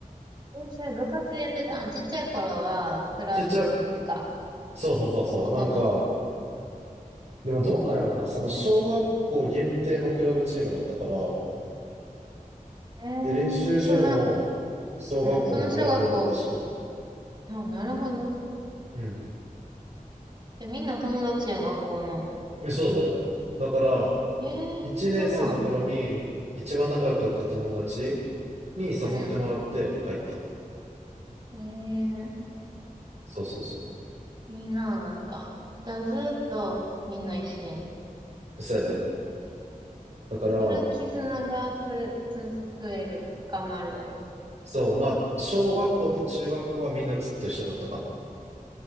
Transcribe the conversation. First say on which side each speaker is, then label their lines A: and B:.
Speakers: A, on the right; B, on the right.
A: うん。それ部活でやってたんちっちゃい頃は、クラブってか、
B: ちっちゃい、そうそうそうそう。
A: ことの。
B: なんか、でもどうなんやろな。その小学校限定のクラブチームだったから、
A: えー、
B: で、練習場も小学校のグラウンドだったし。
A: その、うん、その小学校。あ、なるほど。
B: うん。
A: じゃ、みんな友達やん、学校の。
B: え、そうだよ。だから、
A: えー、
B: 1年生の頃に一番仲良かった友達
A: そんなん。
B: に誘ってもらって入った。
A: うん。えー、
B: そうそうそう。
A: いいな、なんか。じゃあ、ずーっとみんな一緒やん。
B: そうやで。だから、
A: そら、絆がふ、つ増えるわ。深まるわ。
B: そう、まあ、小学校と中学校はみんなずっと一緒だったかな。